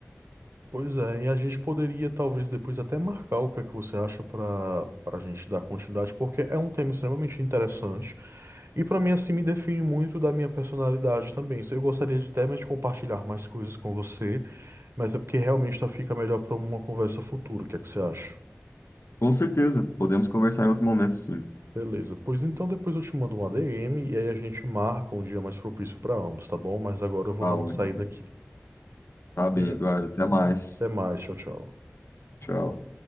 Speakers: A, on the right; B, on the left.
A: Pois é, e a gente poderia talvez depois até marcar o que é que você acha para para a gente dar continuidade, porque é um tema extremamente interessante e para mim assim me define muito da minha personalidade também. Eu gostaria de até mais compartilhar mais coisas com você, mas é porque realmente tá- fica melhor para uma conversa futura. O que é que você acha?
B: Com certeza, podemos conversar em outro momento, sim.
A: Beleza, pois então depois eu te mando um ADM e aí a gente marca um dia mais propício para ambos, tá bom? Mas agora eu vou
B: Tá
A: dar uma
B: ótimo.
A: saída aqui.
B: Tá bem,
A: Obrigado.
B: Eduardo, até mais.
A: Até mais, tchau, tchau.
B: Tchau.